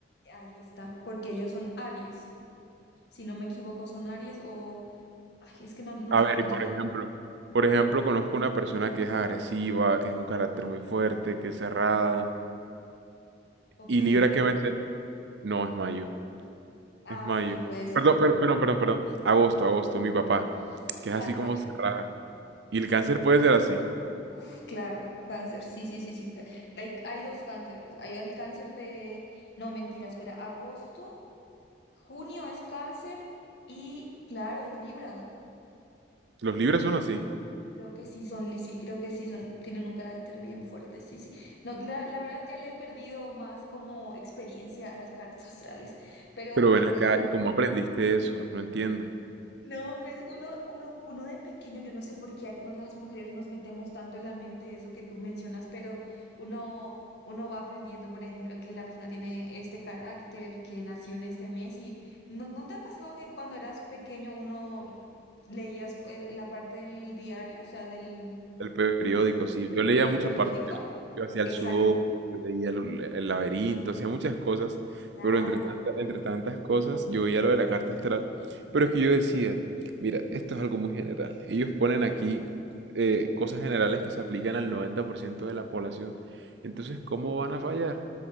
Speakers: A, on the left (about 65°); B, on the right (about 70°).
A: Ahí está, porque ellos son Aries. Si no me equivoco, son Aries o, ay, es que no, no,
B: A
A: recu-
B: ver, y por
A: ya no,
B: ejemplo, por ejemplo, conozco una persona que es agresiva, que es un carácter muy fuerte, que es cerrada.
A: Libra, octubre.
B: ¿Y Libra qué mes es? No, es mayo,
A: Ah,
B: es mayo.
A: sí, puede ser.
B: Perdón, per- perdón, perdón, perdón. Agosto, agosto, mi papá, que es
A: Cáncer.
B: así como cerrada. Y el cáncer puede ser así.
A: Uf, claro, cáncer, sí, sí, sí, sí. cla- Hay, hay dos cánceres. Hay el cáncer de... No, mentira, espera, agosto, junio es cáncer y claro, es Libra.
B: Los libros son así.
A: Creo que sí son, li- sí, creo que sí son, tienen un carácter bien fuerte, sí, sí. No, la, la verdad ya le he perdido más como experiencia a las cartas astrales, pero
B: Pero
A: me,
B: ven acá, ¿y cómo aprendiste eso? No entiendo.
A: No, pues uno, uno, uno de pequeño, yo no sé por qué aquí no, las mujeres nos metemos tanto en la mente eso que tú mencionas, pero uno, uno va aprendiendo, por ejemplo, que la persona tiene este carácter, que nació en este mes y ¿no, no te ha pasado que cuando eras pequeño uno leías el- la parte del diario, o sea, del,
B: El periódico,
A: ¿cómo se-
B: sí. Yo leía
A: del
B: muchas
A: periódico?
B: partes. Yo, yo hacía
A: Exacto,
B: el sudoku, yo leía el, el laberinto, hacía muchas cosas.
A: claro.
B: Pero entre tanta- entre tantas cosas, yo veía lo de la carta astral. Pero es que yo decía, mira, esto es algo muy general. Ellos ponen aquí eh, cosas generales que se aplican al 90% de la población. Entonces, ¿cómo van a fallar?